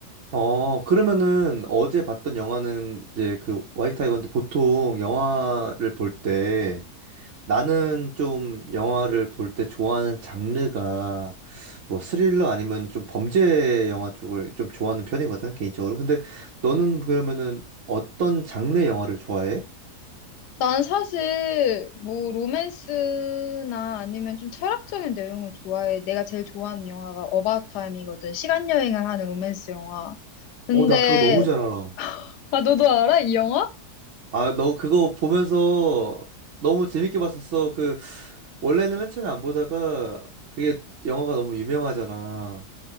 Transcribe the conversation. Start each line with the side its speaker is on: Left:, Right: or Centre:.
Right: 어, 그러면은 어제 봤던 영화는 이제 그 화이트 타이거인데 보통 영화를 볼 때 나는 좀 영화를 볼 때 좋아하는 장르가 뭐 스릴러 아니면 좀 범죄 영화 쪽을 좀 좋아하는 편이거든, 개인적으로. 근데 너는 그러면은 어떤 장르의 영화를 좋아해?
Left: 난 사실 뭐 로맨스나 아니면 좀 철학적인 내용을 좋아해. 내가 제일 좋아하는 영화가 어바웃 타임이거든. 시간 여행을 하는 로맨스 영화. 근데
Right: 어, 나 그거 너무 잘 알아.
Left: 아 너도 알아? 이 영화?
Right: 아, 너 그거 보면서 너무 재밌게 봤었어. 그 원래는 맨 처음에 안 보다가 그게 영화가 너무 유명하잖아.